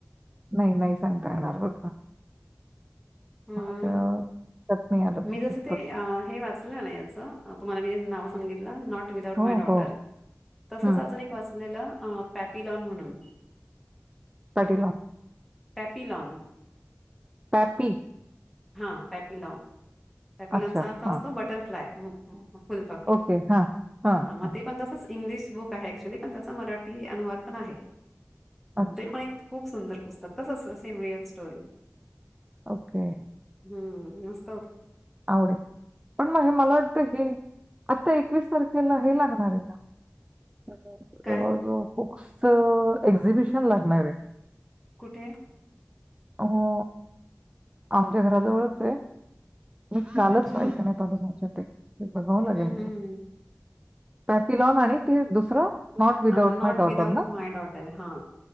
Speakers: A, on the right; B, in the centre.
A: नाही नाही सांगता येणार बर का.
B: हम्
A: माझं लक्षात नाही आलं
B: मी जसं
A: पुस्तक
B: ते अ हे वाचलं ना याच तुम्हाला मी नाव सांगितलं नॉट विदाउट
A: हो
B: माय डॉटर
A: हो
B: तसच
A: हं
B: अजून एक वाचलेलं अ पॅपिलॉन म्हणून
A: पाटला
B: पॅपीलन
A: पापी
B: हा पॅपिलॉन पॅपिलॉनचा
A: अच्छा
B: अर्थ असतो
A: हां
B: बटरफ्लाय फुल पकर
A: ओके हां हां
B: ह मे
A: हां
B: पण दसा इंग्लिश बुक आहे क्च्युली पण त्याचा मराठी अनुवाद पण आहे
A: अच्छा
B: ते पण खूप सुंदर पुस्तक तस सम रियल स्टोरी
A: ओके
B: हा
A: आवडेल पण मग हे मला वाटतं हे आता एकवीस तारखेला हे लागणार आहे ना जवळ
B: काय
A: जवळ बुक्स एक्झिबिशन लागणार आहे
B: कुठे
A: हो आमच्या घराजवळच आहे मी कालच
B: अच्छा
A: बायकण्यात आलो माझ्या ते ते बघाव लागेल
B: हम्म हम्म हम्म.
A: पॅपी लाॉन आणि ते दुसरं नॉट without
B: ह not
A: my daughter
B: without
A: ना
B: माय डॉटर हा